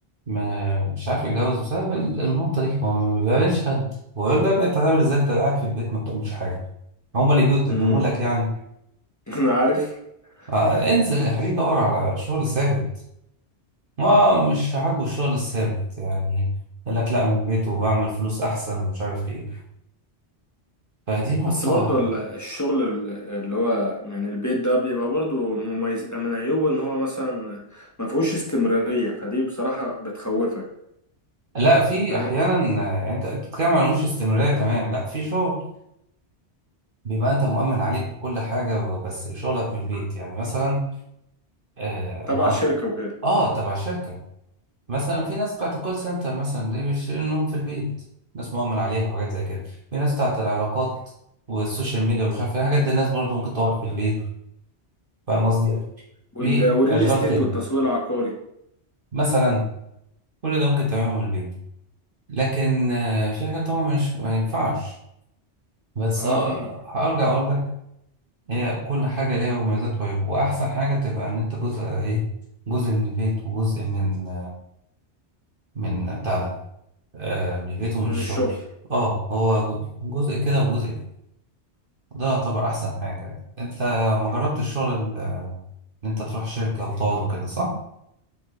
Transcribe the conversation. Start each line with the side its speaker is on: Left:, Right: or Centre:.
Right: ما مش عارف يتجوز بسبب ال- النقطه دي هو ما بيقابلش حد ويقول له يا ابني انت هتعمل ازاي انت قاعد في البيت ما بتعملش حاجه هما اللي بيجوا يقدموا
Left: امم
Right: لك يعني
Left: <laughs> انا عارف
Right: آه،
Left: <laughs>
Right: انزل يا حبيبي دور على شغل ثابت ما مش عاجبه الشغل الثابت يعني يقول لك لا من البيت وبعمل فلوس احسن ومش عارف ايه فدي نقطه
Left: بس برضو ال- الشغل ال- اللي هو من البيت ده بيبقى برضو مميز من عيوبه ان هو مثلا ما فيهوش استمرارية فدي بصراحة بتخوفك
Right: لا في
Left: فاهم
Right: احيانا آه، يعني انت بتتكلم على مش استمراريه تمام لا في شغل بيبقى انت مؤمن عليك وكل حاجة بس شغلك من البيت يعني مثلا آه
Left: تبع
Right: انا اه
Left: شركة وكده
Right: آه، تبع شركة مثلا في ناس بتاعت الكول سنتر مثلا دي بيشيلوا النوم في البيت ناس مؤمن عليها وحاجات زي كده في ناس بتاعت العلاقات والسوشيال ميديا ومش عارف ايه الحاجات دي الناس برضو ممكن تقعد في البيت فاهم قصدي
Left: وال-
Right: في
Left: والريل
Right: اشغال
Left: استيت
Right: كده
Left: والتسويق العقاري
Right: مثلا كل ده ممكن تعمله من البيت لكن آه في حاجات طبعا مش ما ينفعش بس
Left: اه في
Right: هرجع اقول لك هي كل حاجة ليها مميزات وعيوب وأحسن حاجة تبقى إن أنت جزء إيه جزء من البيت وجزء من من بتاع ده آه من البيت ومن
Left: من
Right: الشغل
Left: الشغل
Right: اه هو جو- جزء كده وجزء كده ده يعتبر أحسن حاجة أنت ما جربت الشغل ال- إن أنت تروح شركة وتقعد وكده صح؟